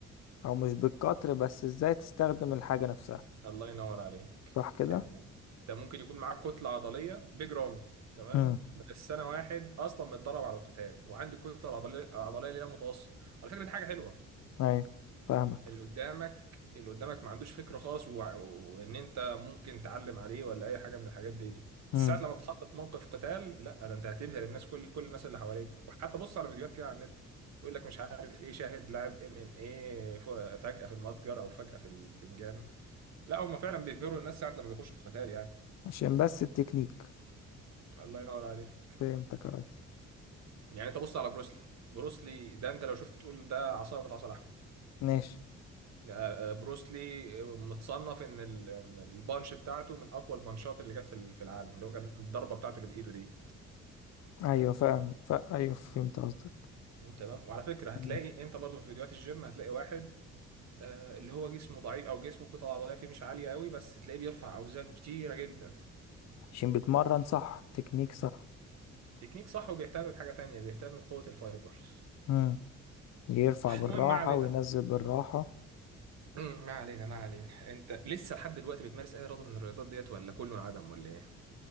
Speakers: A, on the left (about 60°); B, on the right (about 60°).
A: او مش بالقطر بس ازاي تستخدم الحاجة نفسها
B: الله ينور عليك
A: صح كده
B: يعني انت ممكن يكون معاك كتلة عضلية بيج رامي تمام
A: امم
B: بس انا واحد اصلا متدرب على القتال وعندي الكتلة العضلية العضلية اللي هي متوسط على فكرة دي حاجة حلوة
A: ايوه فاهمك
B: اللي قدامك اللي قدامك ما عندوش فكرة خالص وع- وان انت ممكن تعلم عليه ولا اي حاجة من الحاجات دي بس
A: امم
B: ساعة لما تتحط في موقف قتال لا ده انت هتبهر الناس كل كل الناس اللي حواليك وحتى بص على فيديوهات كده على النت يقول لك مش عارف ايه شاهد لاعب ام ام ايه فجأة في المتجر او فجأة في البتنجان لا هم فعلا بيبهروا الناس ساعة لما بيخشوا في قتال يعني
A: عشان بس التكنيك
B: الله ينور عليك
A: فهمتك يا ريس
B: يعني انت بص على بروسلي بروسلي ده انت لو شفت تقول ده عصاية من عصا لحم
A: ماشي
B: آه، آه، بروسلي متصنف ان ال- ان البانش بتاعته من اقوى البانشات اللي جت في ال- في العالم اللي هو كان الضربه بتاعته اللي بايده دي
A: ايوه فاهم ف... ايوه فهمت قصدك
B: تمام وعلى فكره هتلاقي
A: مم.
B: انت برضو في فيديوهات الجيم هتلاقي واحد آه، اللي هو جسمه ضعيف او جسمه كتله عضليه فيه مش عاليه قوي بس تلاقيه بيرفع اوزان كتيره جدا
A: عشان بيتمرن صح تكنيك صح
B: تكنيك صح وبيهتم بحاجه تانية بيهتم بقوه الفايبرز
A: امم يرفع بالراحة
B: المهم ما علينا
A: وينزل بالراحة
B: مم، ما علينا ما علينا انت لسه لحد دلوقتي بتمارس اي رياضه من الرياضات ديت ولا كله عدم ولا ايه